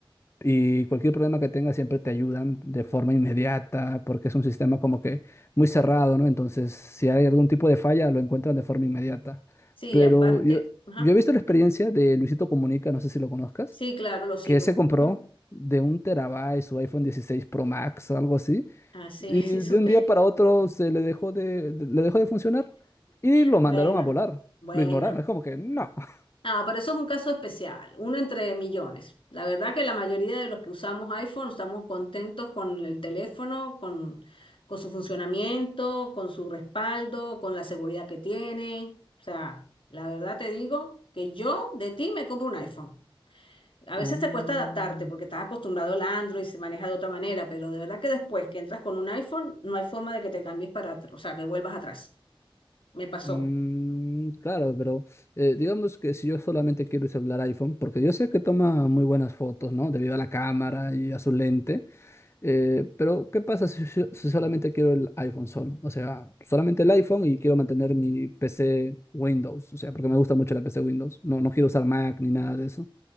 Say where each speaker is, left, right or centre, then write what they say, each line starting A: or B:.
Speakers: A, on the left; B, on the left.
A: Y cualquier problema que tengas siempre te ayudan de forma inmediata, porque es un sistema como que muy cerrado, ¿no? Entonces, si hay algún tipo de falla, lo encuentran de forma inmediata.
B: Sí,
A: Pero
B: aparte,
A: yo,
B: ajá,
A: yo he visto la experiencia de Luisito Comunica, no sé si lo conozcas
B: sí, claro, lo sigo.
A: que se compró
B: ujú.
A: de un terabyte su iPhone 16 Pro Max, algo así,
B: Ah, sí,
A: y
B: <laughs> sí, supe.
A: de un día para otro se le dejó de, de- le dejó de funcionar y lo
B: Bueno,
A: mandaron a volar.
B: bueno.
A: Lo ignoraron, es como que no. <laughs>
B: Ah, pero eso es un caso especial, uno entre millones. La verdad que la mayoría de los que usamos iPhone estamos contentos con el teléfono, con, con su funcionamiento, con su respaldo, con la seguridad que tiene. O sea, la verdad te digo que yo de ti me compro un iPhone. A
A: Oh,
B: veces te cuesta adaptarte porque estás acostumbrado al Android, se maneja de otra manera, pero de verdad que después que entras con un iPhone, no hay forma de que te cambies para atrás, o sea, que vuelvas atrás. Me pasó.
A: mm, claro, pero eh, digamos que si yo solamente quiero usar iPhone, porque yo sé que toma muy buenas fotos, ¿no? Debido a la cámara y a su lente, Eh, pero, ¿qué pasa si, si- si solamente quiero el iPhone solo? O sea, solamente el iPhone y quiero mantener mi PC Windows. O sea, porque me gusta mucho la PC Windows. No, no quiero usar Mac ni nada de eso.